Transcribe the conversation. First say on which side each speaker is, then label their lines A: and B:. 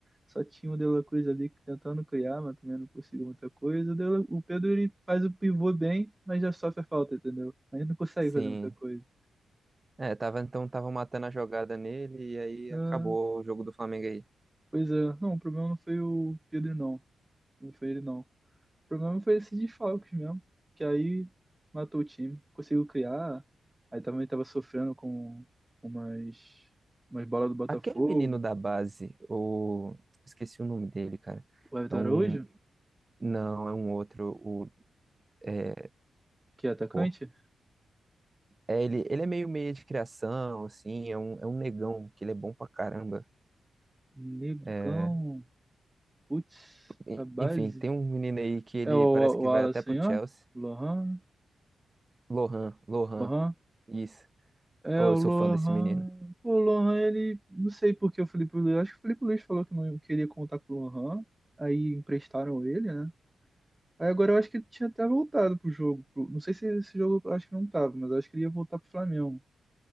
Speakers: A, on the right; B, on the right.
A: Só tinha o De La Cruz ali que tentando criar, mas também não conseguiu muita coisa. O, o Pedro ele faz o pivô bem, mas já sofre a falta, entendeu? Aí não consegue
B: Sim.
A: fazer muita coisa.
B: É, tava, então tava matando a jogada nele e aí
A: Ah,
B: acabou o jogo do Flamengo aí.
A: pois é, não, o problema não foi o Pedro, não. Não foi ele, não. O problema foi esse desfalques mesmo, que aí matou o time. Conseguiu criar, aí também tava sofrendo com umas, umas bolas do Botafogo.
B: Aquele menino da base, o... Esqueci o nome dele, cara.
A: O Everton
B: É um...
A: Araújo,
B: Não, é um outro. O... É...
A: que é atacante,
B: Pô. É, ele, ele é meio meio de criação, assim. É um, é um negão, que ele é bom pra caramba.
A: negão,
B: É...
A: putz,
B: en-
A: a base
B: Enfim, tem um menino aí que ele
A: É o, o
B: parece que
A: Wallace,
B: vai até pro
A: ó.
B: Chelsea.
A: Lohan,
B: Lohan, Lohan.
A: Lohan.
B: Isso.
A: É
B: Oh,
A: o
B: eu sou
A: Lohan.
B: fã desse menino.
A: Pô, o Lohan, ele. Não sei por que o Felipe Luiz. Acho que o Felipe Luiz falou que não queria contar com o Lohan. Aí emprestaram ele, né? Aí agora eu acho que ele tinha até voltado pro jogo. pro- Não sei se esse jogo eu acho que não tava, mas eu acho que ele ia voltar pro Flamengo.